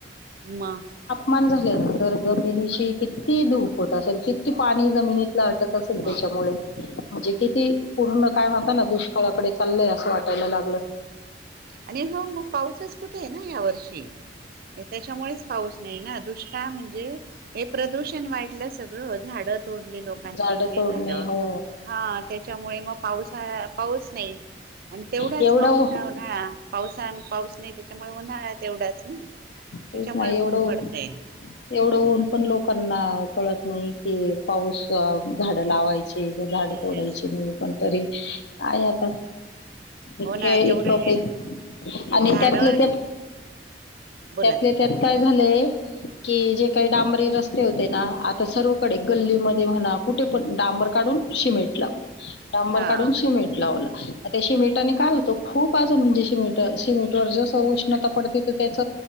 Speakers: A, on the right (about 55°); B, on the left (about 70°).
A: म.
B: मान झाल्यानंतर जमिनीची किती धूप होत असेल किती पाणी जमिनीत <inaudible> अटक असेल
A: म
B: त्याच्यामुळे. म्हणजे किती पूर्ण काय म्हताना दुष्काळाकडे चालय असं वाटायला लागलं.
A: आणि ह मग पाऊसच कुठे आहे ना या वर्षी. त्याच्यामुळेच पाऊस नाही ना दुष्काळ म्हणजे. हे प्रदूषण वाढलं सगळं झाडं तोडली लोकांनी
B: झाड
A: ते
B: तोडणे
A: झालं.
B: हो
A: हा त्याच्यामुळे मग पाऊसा पाऊस नाही आणि तेवढाच
B: एवढं
A: मग
B: उ-
A: उन्हाळ्या. पावसा पाऊस नाही त्याच्यामुळे उन्हाळ्यात एवढाच <inaudible> ना
B: तेच
A: त्याच्यामुळे
B: नाही
A: ऊन
B: एवढं.
A: पडतय
B: एवढं ऊन पण लोकांना कळत नाही की पाऊस झाड लावायची. झाड तोडायची
A: तेच
B: नाही. पण तरी काय आता. इतके
A: हो ना तेवढं
B: <inaudible> इतकप
A: ते
B: आणि
A: झाड
B: त्यातलं त्यात.
A: बोला
B: त्यातले
A: तुम्ही
B: त्यात काय झालंय. कि जे काही डांबरी रस्ते होते ना, आता सर्वकडे गल्लीमध्ये म्हणा कुठे पण डांबर काढून. शिमेंट लावलं डांबर
A: हा
B: काढून शिमेंट लावलं. त्या शिमेटने काय होतं खूप अजून म्हणजे. शिमेंट शिमेंटवर जसं उष्णता पडते तर त्याच.